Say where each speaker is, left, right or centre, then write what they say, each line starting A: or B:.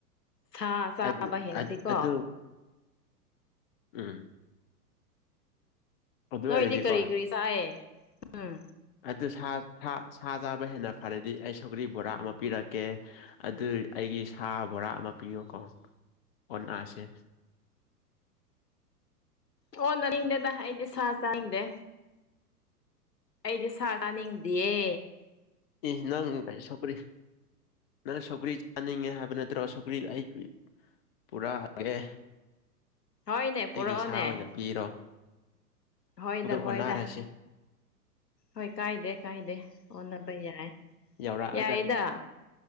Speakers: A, on the left (about 80°); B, on the left (about 40°).
A: ꯁꯥ ꯆꯥꯕ
B: ꯑꯗꯨ
A: ꯍꯦꯟꯅꯗꯤꯀꯣ
B: ꯑꯗꯨ ꯎꯝ ꯑꯗꯨ
A: ꯅꯣꯏꯗꯤ
B: ꯑꯣꯏꯔꯗꯤꯀꯣ
A: ꯀꯔꯤ ꯀꯔꯤ ꯆꯥꯏꯌꯦ ꯎꯝ
B: ꯑꯗꯨ ꯁꯥ ꯆꯥꯕ ꯍꯦꯟꯅ ꯐꯔꯗꯤ ꯑꯩ ꯁꯧꯒ꯭ꯔꯤ ꯕꯣꯔꯥ ꯑꯃ ꯄꯤꯔꯛꯀꯦ ꯑꯗꯨ ꯑꯩꯒꯤ ꯁꯥ ꯕꯣꯔꯥ ꯑꯃ ꯄꯤꯌꯨꯀꯣ ꯑꯣꯅꯥꯁꯦ
A: ꯑꯣ ꯅꯔꯤꯗꯦꯗ ꯑꯩꯗꯤ ꯁꯥ ꯆꯗꯦ ꯑꯩꯗꯤ ꯁꯥ ꯆꯥꯅꯤꯡꯗꯤꯌꯦ
B: ꯏ ꯅꯪ ꯀꯥꯏ ꯁꯣꯄꯔꯤ ꯅꯪ ꯁꯣꯀ꯭ꯔꯤ ꯆꯥꯅꯤꯡꯉꯦ ꯍꯥꯏꯕ ꯅꯠꯇ꯭ꯔꯣ ꯁꯣꯀ꯭ꯔꯤ ꯑꯩ ꯄꯨꯔꯛꯑꯒꯦ
A: ꯍꯣꯏꯅꯦ ꯄꯨꯔꯛꯑꯣꯅꯦ
B: ꯑꯩꯒꯤ ꯁ ꯑꯣꯏꯅ ꯄꯤꯔꯣ
A: ꯍꯣꯏꯗ
B: ꯑꯗꯣ ꯑꯣꯟꯅꯔꯁꯤ
A: ꯍꯣꯏꯗ ꯍꯣꯏ ꯀꯥꯏꯗꯦ ꯀꯥꯏꯗꯦ ꯑꯣꯟꯅꯕ ꯌꯥꯏ
B: ꯌꯥꯧꯔꯛꯑꯒ
A: ꯌꯥꯏꯗ